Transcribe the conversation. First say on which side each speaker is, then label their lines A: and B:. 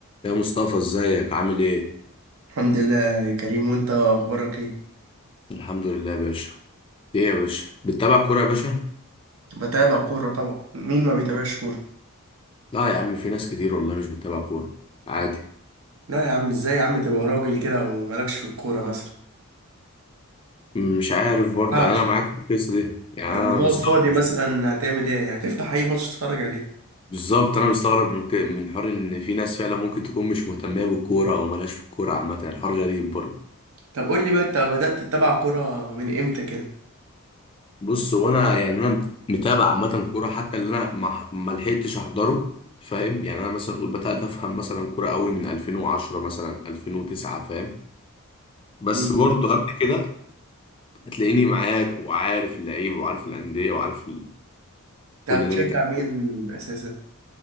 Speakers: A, on the left; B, on the right.
A: يا مصطفى ازيك عامل ايه؟
B: الحمد لله يا كريم وانت اخبارك ايه
A: الحمد لله يا باشا ايه يا باشا بتتابع كورة يا باشا؟
B: بتابع كورة طبعا مين ما بيتابعش كورة
A: لا يا عم في ناس كتير والله مش بتتابع كورة عادي
B: لا يا عم ازاي يا عم تبقى راجل كده ومالكش في الكورة مثلا
A: مش عارف
B: ما
A: برضه
B: ينفعش
A: يعني انا معاك في القصة دي يعني
B: لما
A: انا
B: تقعد
A: مستغرب
B: فاضي مثلا هتعمل ايه هتفتح اي ماتش تتفرج عليه
A: بالظبط انا مستغرب من ك... من حوار ان في ناس فعلا ممكن تكون مش مهتمة بالكورة او مالهاش في الكورة عامة يعني الحوار غريب برضه
B: طب قول لي بقى انت بدأت تتابع كورة من امتى كده
A: بص هو انا يعني انا متابع عامة كورة حتى اللي انا ما ما لحقتش احضره فاهم يعني انا مثلا اقول بدات افهم مثلا كورة قوي من 2010 مثلا 2009 فاهم بس
B: مم.
A: برضه قبل كده هتلاقيني معاك وعارف اللعيبه وعارف الانديه وعارف ال... كل
B: انت بتشجع
A: نادي كده
B: مين اساسا